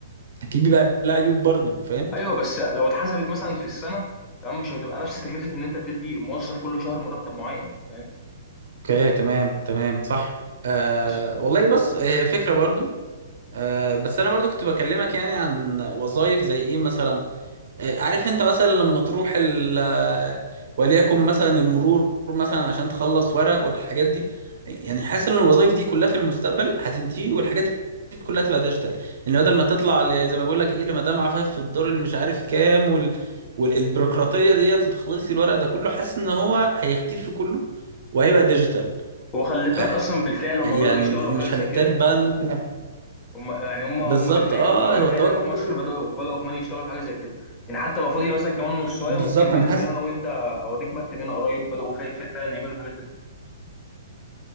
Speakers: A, on the right; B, on the left.
A: اكيد بيبقى لها عيوب برضو فاهم
B: ايوه بس لو اتحسبت مثلا في السنه تمام مش هتبقى نفس تكلفه ان انت بتدي موظف كل شهر مرتب معين فاهم
A: اوكي تمام تمام صح آه
B: بس
A: والله بس هي فكره برضو آه بس انا برضو كنت بكلمك يعني عن وظائف زي ايه مثلا عارف انت مثلا لما تروح ال وليكن مثلا المرور مثلا عشان تخلص ورق والحاجات دي يعني حاسس ان الوظائف دي كلها في المستقبل هتنتهي والحاجات دي كلها هتبقى ديجيتال يعني بدل ما تطلع ل- زي ما بقول لك ايه لمدام عفاف في الدور اللي مش عارف كام وال... والبيروقراطيه ديت وتخلصي الورق ده كله حاسس ان هو هيختفي كله وهيبقى ديجيتال
B: هو خلي بالك
A: ع-
B: اصلا بالفعل هم
A: يعني
B: بداوا يشتغلوا
A: مش
B: في حاجه زي
A: هنحتاج
B: كده
A: بقى ان احنا-
B: هم يعني هم
A: بالظبط
B: هم بالفعل
A: اه
B: هم بالفعل
A: هو التوجه
B: هنا في مصر
A: كله
B: بداوا بداوا كمان يشتغلوا في حاجه زي كده يعني حتى لو فاضي مثلا كمان نصايه
A: بالظبط
B: ممكن
A: انا
B: ننزل
A: حاسس
B: انا وانت اوريك مكتب هنا قريب بداوا فا- فا- فعلا يعملوا الحاجات دي فيه